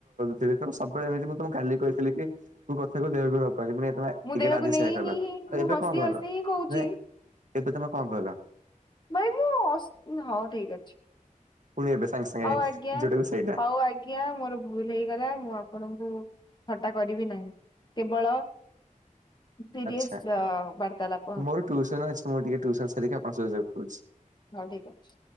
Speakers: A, on the right; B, on the left.
A: ତ ସବୁବେଳେ ଏମିତି ମୁଁ ତମକୁ କାଲି କହିଥିଲି କି ତୁ କଥାକୁ ଦେହକୁ ରବ। କିନ୍ତୁ ତମେ
B: ମୁଁ
A: ଏଗେନ୍
B: ଦେହକୁ
A: ଆଜି
B: ନେଇନି
A: ସେୟା କଲ
B: ହିଁ
A: ଆଉ
B: ମୁଁ
A: ଏବେ
B: ହସି
A: କଣ କହିଲ
B: ହସି ହିଁ କହୁଛି।
A: ନା? ଏବେ ତମେ କଣ କହିଲ?
B: ଭାଇ ମୁଁ ଅସ୍ ହଁ ଠିକ ଅଛି।
A: ପୁଣି ଏବେ ସାଙ୍ଗେ ସାଙ୍ଗେ
B: ହଉ ଆଜ୍ଞା
A: ଯୋଉଟାକୁ ସେଇଟା
B: ହଉ ଆଜ୍ଞା ମୋର ଭୁଲ ହେଇଗଲା ମୁଁ ଆପଣଙ୍କୁ ଥଟା କରିବି ନାହିଁ କେବଳ ସିରିୟସ୍
A: ଆଚ୍ଛା।
B: ବା ବାରତାଲାପ ହେବ।
A: ମୋର ଟ୍ୟୁସନ ଅଛି ମୁଁ ଟିକେ ଟ୍ୟୁସନ ସାରିକି ଆପଣଙ୍କ ସହ ଯୋଗାଯୋଗ କରୁଛି।
B: ହଁ ଠିକ ଅଛି?